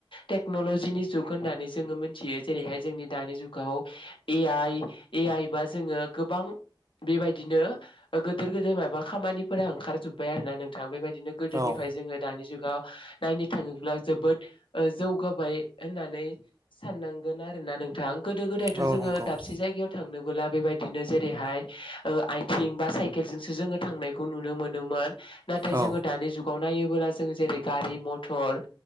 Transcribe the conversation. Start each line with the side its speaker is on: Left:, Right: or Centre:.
Left: टेकनलजिनि जुग होननानै जो जोङो मोनथियो जेरैहाय जोंनि दानि जुगाव ए आइ ए आइ बा जोङो गोबां बेबायदिनो गिदोर गोदोर माबा खामानिफोरा ओंखार जोब्बाय आरो ना नोंथां बेबायदि बिदिनो गोदोनिफ्राय
Right: औ
Left: जोङो दानि जुगाव नायनो थाङोब्ला जोबोद जौगाबाय होननानै साननांगोन आरो ना नोंथां गोदो गोदायथ'
Right: औ
Left: जोङो
Right: नंगौ
Left: दाबसे जायगायाव थांनोबोला बेबायदिनो जेरैहाय ओ आइथिं बा साइकेलजोंसो जोङो थांनायखौ नुनो मोनोमोन। नाथाय
Right: औ
Left: जोङो दानि जुगाव नायोबोला जों जेरै गारि मथर